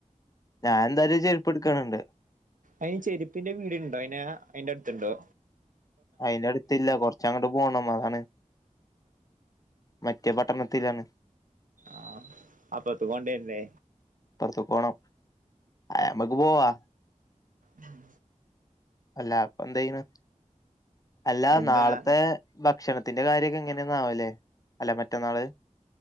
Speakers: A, on the left (about 25°); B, on the right (about 80°).
A: ഞാൻ ന്തായാലും ഒര് ചെരുപ്പട്ക്കണുണ്ട്
B: അയ്ന് ചെരുപ്പിന്റെ പീട്യണ്ടോ അയിനാ അയിന്റെടുത്ത്ണ്ടോ
A: അയിനടുത്ത്ല്ല കൊർ ചെ അങ്ങോട്ട് പോണം അതാണ് മറ്റേ പട്ടണത്തിലാണ്.
B: ആഹ് അപ്പതുകോണ്ടെർണ്ടെ
A: പൊർത്ത്ക്കോണം അയ്‌മ്മക്ക് പോവാ
B: ഉം
A: അല്ല അപ്പന്തെയ്യ്ണ് അല്ലാ
B: എന്താ
A: നാളത്തെ ഭക്ഷണ ത്തിന്റെ കാര്യൊക്കെ എങ്ങനെന്നാവല്ലേ അല്ല മറ്റന്നാള്